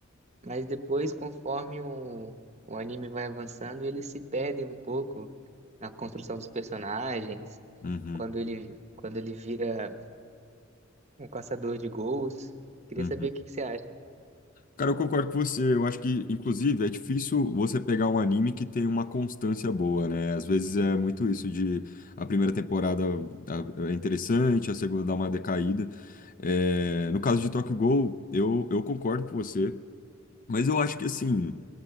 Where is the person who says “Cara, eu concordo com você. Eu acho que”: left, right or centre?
Left